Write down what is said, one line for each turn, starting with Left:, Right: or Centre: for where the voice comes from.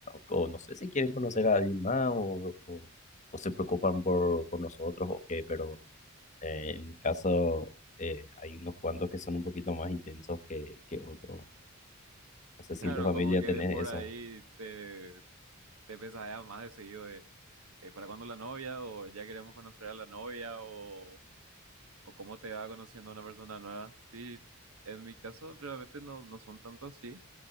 Left: o no sé si quieren conocer a alguien más, o, o, o se preocupan por, por nosotros, o qué, pero eh, en mi caso eh, hay unos cuantos que son un poquito más intensos que, que otros. No sé
Right: Claro,
Left: si en tu familia
Right: como que
Left: tenés
Right: de por
Left: eso.
Right: ahí te, te pesadea más de seguido de eh, ¿para cuándo la novia? o ya queremos conocer a la novia o, o cómo te va conociendo a una persona nueva. Sí, en mi caso realmente no, no son tanto así.